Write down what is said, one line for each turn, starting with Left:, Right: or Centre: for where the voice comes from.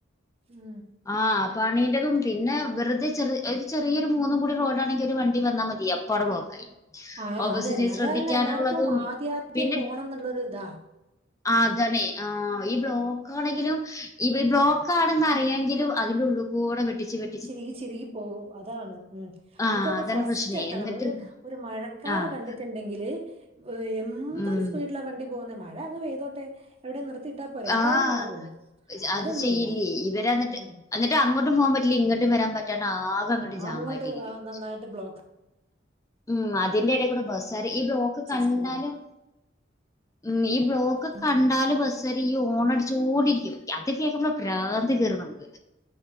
Right: ഉം
Left: ആഹ് പണിന്റെതും പിന്നെ വെറുതെ ചെറിയ ഒരു ചെറിയരു മൂന്നും കൂടി റോഡ് ആണെങ്കിൽ ഒരു വണ്ടി വന്നാ മതിയാ പ്പവടെ ബ്ലോക്കായി
Right: ആഹ്
Left: ഓപ്പോസിറ്റ്
Right: അതന്നെ അതല്ലേ
Left: ശ്രദ്ധിക്കാനുള്ളതും
Right: എല്ലാർക്കും ആദ്യാദ്യം
Left: പിന്നെ
Right: പോണന്നുള്ളൊരുതാ
Left: ആഹ് അതാണേ ആഹ് ഇബ്ലോ ക്കാണെങ്കിലും ഇവ് ബ്ലോക്കാണന്നറിയെങ്കിലും അതിലുള്ളൂക്കൂടെ വെട്ടിച്ച് വെട്ടി
Right: ചിരികി ചിരികി പോകും അതാണ് ഉം
Left: ആഹ്
Right: ഇവർക്കൊക്കെ
Left: അതാണ്
Right: ഫസ്റ്റ്
Left: പ്രശ്നേ
Right: എത്തണം
Left: എന്നിട്ട്
Right: ഒരു ഒരു മഴക്കാര്
Left: ആഹ്
Right: കണ്ടിട്ടു ണ്ടെങ്കില് എന്തൊരു
Left: ഉം
Right: സ്പീഡിലാ വണ്ടി പോകുന്നെ മഴ അങ്ങ് പെയ്തോട്ടെ എവിടെ നിർത്തിയിട്ടാ പോരെ എന്തായാലും
Left: ആഹ്
Right: മഴ കൊള്ളും
Left: അത്
Right: അതൊന്നുല്ല
Left: ചെയ്യില്ലേ ഇവരന്നിട്ട്
Right: ഓ
Left: എന്നിട്ട് എന്നിട്ട് അങ്ങോട്ടും പോകാൻ പറ്റില്ല ഇങ്ങോട്ടും വരാൻ പറ്റാണ്ട് ആകെ അങ്ങട്
Right: ആ
Left: ജാമായിട്ടിരിക്കും
Right: അങ്ങോട്ട് ആ നന്നായിട്ട് ബ്ലോക്ക്
Left: ഉം അതിന്റെ ഇടകൂടെ ബസാര് ഈ ബ്ലോക്ക് കണ്ടാലും
Right: സ്പീഡ്.
Left: ഉം ഈ ബ്ലോക്ക്
Right: ഉം.
Left: കണ്ടാല് ബസ് കാര് ഈ ഓണടിച്ചോണ്ടിരിക്കും അത് കേക്കുമ്പോ പ്രാന്ത് കേറുന്നത് നമുക്ക്